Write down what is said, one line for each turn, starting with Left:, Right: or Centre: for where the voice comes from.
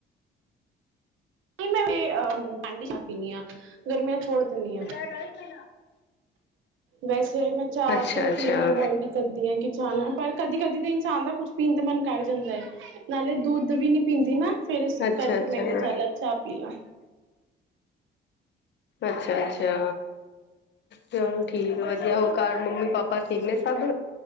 Right: ਨਹੀਂ ਮੈਂ ਠੰਡੀ ਚਾਹਪੀਦੀ ਹਾਂ ਗਰਮੀਆਂ ਛੋੜ ਦਿੰਦੀ ਹਾਂ
Left: ਗ ਮਈ
Right: ਵੈਸੇ ਮੈਂ ਚਾਹ
Left: ਅੱਛਾ
Right: ਤੇ
Left: ਅੱਛਾ
Right: ਪੀਣਾ ਅਵੋਇਡ ਸਰਦੀਆਂ ਕਿ ਜਾਣਾ ਪਰ ਕਦੀ ਕਦੀ ਤਾਂ ਇਨਸਾਨ ਦਾ ਕੁੱਝ ਪੀਨ ਨੂੰ ਮਨ ਕਰ ਜਾਂਦਾ ਹੈ ਨਾਲੇ ਦੁੱਧ ਵੀ ਨੀ ਪੀਂਦੀ ਨਾ। ਫੇਰ ਇਸ
Left: ਅੱਛਾ
Right: ਕਰਕੇ
Left: ਅੱਛਾ
Right: ਮੈਂ ਕਿਹਾ ਚਾਹ ਲੈ ਚਾਹ ਪੀ ਲਾ।
Left: ਅੱਛਾ, ਅੱਛਾ ਚਲੋ ਠੀਕ ਵਧੀਆ। ਹੋਰ ਘਰ ਮੰਮੀ ਪਾਪਾ ਠੀਕ ਨੇ ਸਭ?